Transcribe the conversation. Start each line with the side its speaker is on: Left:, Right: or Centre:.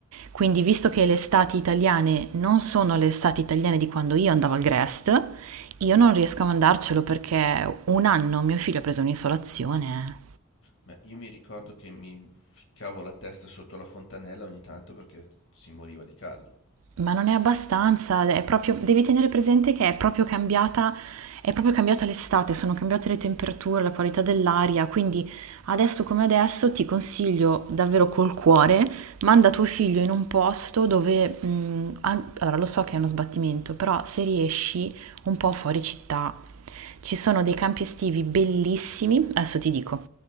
Right: Quindi, visto che le estati italiane non sono le estati italiane di quando io andavo al Grest, io non riesco a mandarcelo perché un anno mio figlio ha preso un'isolazione.
Left: Beh, io mi ricordo che mi ficcavo la testa sotto la fontanella ogni tanto perché si moriva di caldo.
Right: Ma non è abbastanza, è proprio, devi tenere presente che è proprio cambiata, è proprio cambiata l'estate, sono cambiate le temperature, la qualità dell'aria, quindi adesso come adesso ti consiglio davvero col cuore, manda tuo figlio in un posto dove, mh, an- allora lo so che è uno sbattimento, però se riesci un po' fuori città, ci sono dei campi estivi bellissimi, adesso ti dico,